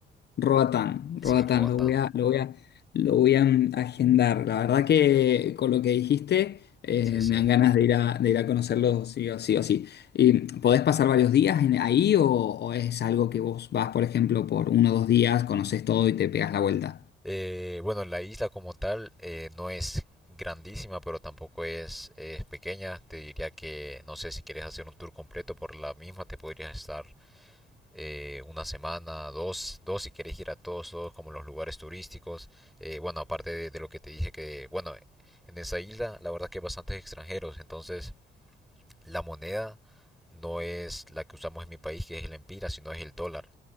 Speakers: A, on the left; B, in the centre.
A: Roatán,
B: sí,
A: Roatán,
B: Roatán,
A: lo voy a, lo voy a, lo voy a mm, agendar. La verdad que con lo que dijiste eh,
B: sí, sí.
A: me dan ganas de ir a, de ir a conocerlo sí o sí o sí. ¿Y podés pasar varios días en- ahí o, o es algo que vos vas, por ejemplo, por uno o dos días, conoces todo y te pegas la vuelta?
B: Eh, bueno, la isla como tal eh, no es grandísima, pero tampoco es, es pequeña. Te diría que, no sé, si quieres hacer un tour completo por la misma, te podrías estar eh, una semana, dos, dos si querés ir a todos, todos como los lugares turísticos. Eh, bueno, aparte de, de, lo que te dije que, bueno, en esa isla la verdad que hay bastantes extranjeros, entonces la moneda no es la que usamos en mi país, que es el empira, sino es el dólar,